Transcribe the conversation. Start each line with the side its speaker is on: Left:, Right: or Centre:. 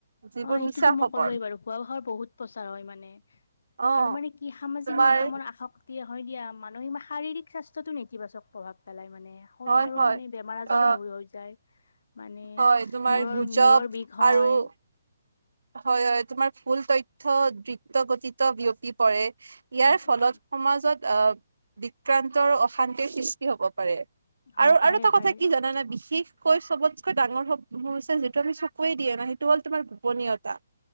Right: যিবোৰ
Left: অ সেইটোতো
Right: মিছা
Left: মই
Right: খবৰ
Left: ক'লোৱেই বাৰু ভুৱা ভাষাৰ বহুত প্ৰচাৰ হয় মানে
Right: অ
Left: আৰু মানে কি সামাজিক
Right: তোমাৰ
Left: মাধ্যমৰ আসক তিয়া হয় দিয়া মানুহে ই শাৰীৰিক স্বাস্থ্যটো নেতিবাচক প্ৰভাৱ পেলাই মানে শৰীৰৰো
Right: হয় হয়
Left: মানে বেমাৰ আজাৰো
Right: অ
Left: হ হৈ যায় মানে
Right: হয় তোমাৰ
Left: মূৰৰ
Right: গুজব
Left: মূৰৰ বিষ হয়
Right: আৰু হয় হয় তোমাৰ ফুল তথ্য ত্ৰি ত্ৰ গঠিত বিয়পি পৰে ইয়াৰ
Left: উম
Right: ফলত
Left: উম
Right: সমাজত আহ বিক্ৰান্তৰ অ শান্তিৰ সৃষ্টি হ'ব পাৰে
Left: হ
Right: আৰু
Left: পাৰে
Right: আৰু এটা
Left: পাৰে
Right: কথা কি জানানা বিশেষ কৈ চবতকৈ ডাঙৰ সমস্যা হৈছে যিটো আমি চকুৱে দিয়া নাই সেইটো হ'ল তোমাৰ গোপনীয়তা